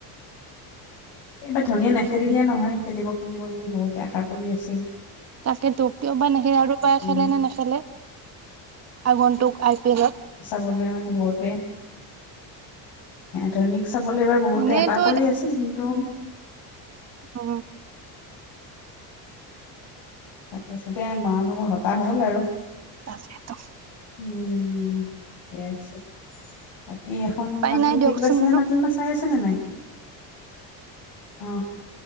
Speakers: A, on the left; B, on the right.
A: এইবাৰ ধনীয়ে নেখেলিলে নহয় খেলিব খেলিব বুলি বহুতে আশা কৰি আছিল
B: তাকে টকিঅ' বা নেখে আৰু বাৰ
A: উম,
B: খেলে বা নেখেলে আগনন্তুুক আই পি এল ত
A: এছা বলে মানে বলতে ধনীক চাবলৈ এইবাৰ বহুতে
B: এনেইতো
A: হেপাহ কৰি আছিল কিন্তু
B: অ
A: তাক তেতিয়া মানুহ হতাশ হ'ল আৰু
B: তাকেটো
A: উম হৈ আছে কি এখন
B: উপাই
A: আপুনি
B: নাই দিয়কচোন
A: কিবা চিনেমা
B: আৰু
A: তিনেমা চাই আছে নে নাই উম